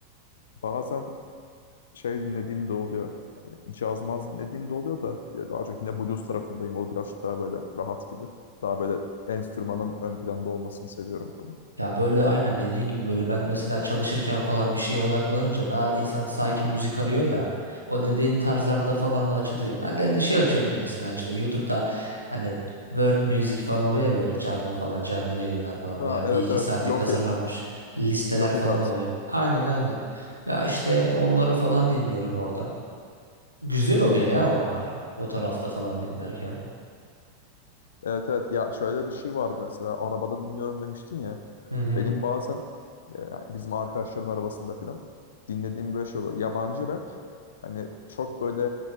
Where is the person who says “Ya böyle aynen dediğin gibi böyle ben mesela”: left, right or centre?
Right